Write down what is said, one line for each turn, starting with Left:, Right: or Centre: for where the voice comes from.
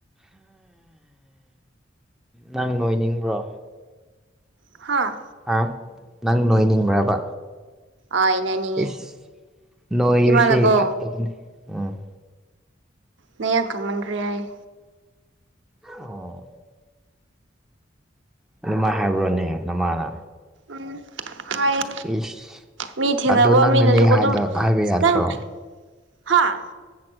Centre: ꯅꯪ ꯂꯣꯏꯅꯤꯡꯕ꯭ꯔꯣ
Right: ꯍꯥꯥ
Centre: ꯍꯥ ꯅꯪ ꯅꯣꯏꯅꯤꯡꯕ꯭ꯔꯕ
Right: ꯑꯥꯏ ꯅꯣꯢꯅꯤꯡꯉꯦ
Centre: ꯏꯁ ꯅꯣꯏꯕꯁꯤ
Right: ꯏꯃꯥꯅꯀꯣ
Centre: ꯐꯠꯇꯕꯅꯦ ꯎꯝ
Right: ꯅꯌꯥꯡ ꯀꯪꯃꯟꯈ꯭ꯔꯦ ꯍꯥꯢꯌꯦ
Centre: ꯑꯣ ꯑꯗꯨꯃꯥꯏ ꯍꯥꯏꯕ꯭ꯔꯣꯅꯦ ꯅꯃꯥꯅ
Right: ꯎꯝ ꯍꯥꯏꯌꯦ
Centre: ꯏꯁ
Right: ꯃꯤ ꯊꯦꯡꯅꯕ
Centre: ꯑꯗꯣ ꯅꯪꯅꯅꯦ
Right: ꯃꯤꯅꯖꯨꯀꯣ
Centre: ꯍꯥꯏꯗ
Right: ꯗꯨꯝ
Centre: ꯍꯥꯏꯕ ꯌꯥꯗ꯭ꯔꯣ
Right: ꯅꯪ ꯊꯥꯏ ꯍꯥꯥ